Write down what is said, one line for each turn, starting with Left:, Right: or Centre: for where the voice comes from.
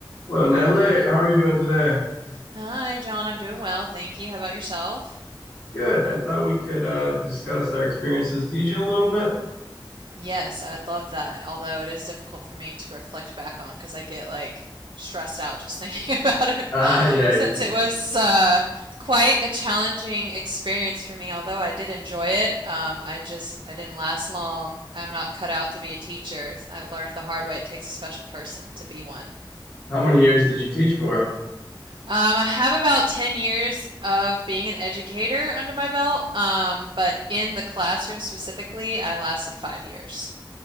Left: Well, Natalie, how are you doing today?
Right: Hi, John. I'm doing well, thank you. How about yourself?
Left: Good. I thought we could uh, discuss our experiences teaching a little bit. <laughs>
Right: Yes, I'd love that. Although it is difficult for me to reflect back on because I get like stressed out just thinking <laughs> about it
Left: Uh, yeah. It,
Right: since
Left: it,
Right: it was uh, quite a challenging experience for me. Although I did enjoy it, um, I just I didn't last long. I'm not cut out to be a teacher. I learned the hard way it takes a special person to be one.
Left: how many years did you teach for?
Right: Um, I have about 10 years of being an educator under my belt, um, but in the classroom specifically, I lasted five years.